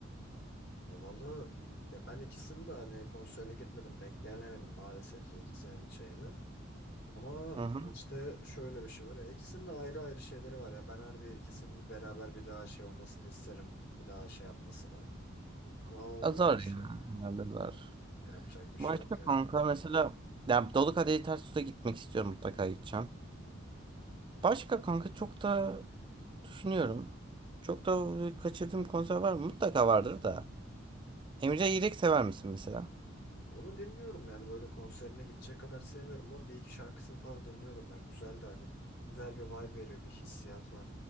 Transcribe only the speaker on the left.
Ya vallahi ya ben ikisini de hani konserine gitmedim denk gelemedim maalesef ki ikisinin şeyini. Ama
işte şöyle bir şey var ya ikisinin de ayrı ayrı şeyleri var ya ben harbi ikisinin beraber bir daha şey olmasını isterim. Bir daha şey yapmasını. Ama olmuyor
işte.
Yapacak bir şey
yok
ya.
Onu dinliyorum yani böyle konserine gidecek kadar sevmiyorum ama bir iki şarkısını falan dinliyordum ben. Güzel de hani güzel bir vibe veriyor, bir hissiyat var.